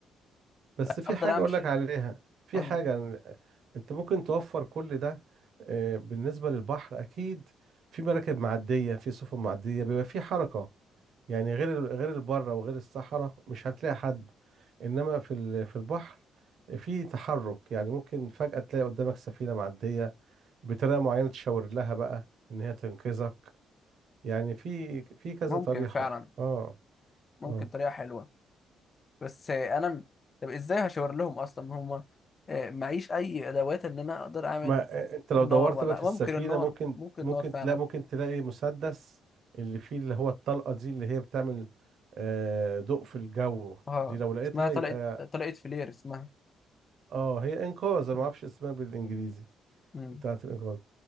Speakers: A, on the right; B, on the left.
A: بس في
B: أفضل
A: حاجة
B: أمشي
A: أقول لك عليها في
B: قول
A: حاجة
B: لي
A: إن- أنت ممكن توفر كل ده آه، بالنسبة للبحر أكيد في مراكب معدية في سفن معدية بيبقى في حركة يعني غير ال- غير البرة وغير الصحراء مش هتلاقي حد إنما في ال- في البحر في تحرك يعني ممكن فجأة تلاقي قدامك سفينة معدية بطريقة معينة تشاور لها بقى إن هي تنقذك يعني في في كذا
B: ممكن
A: طريقة
B: فعلا
A: اه
B: ممكن
A: اه
B: طريقة حلوة بس انا طب ازاي هشاور لهم اصلا هم آه، معيش اي ادوات ان انا اقدر اعمل
A: ما انت لو
B: النار
A: دورت
B: ولا
A: بقى في السفينة
B: ممكن النار
A: ممكن
B: ممكن
A: ممكن
B: النار فعلا
A: تلاقي ممكن تلاقي مسدس اللي فيه اللي هو الطلقة دي اللي هي بتعمل آه، ضوء في الجو
B: اه
A: دي لو لقيتها
B: اسمها طلقت
A: يبقى
B: طلقت فلير اسمها
A: اه هي انقاذ انا
B: مم.
A: ما اعرفش اسمها بالانجليزي
B: مم.
A: بتاعة الانقاذ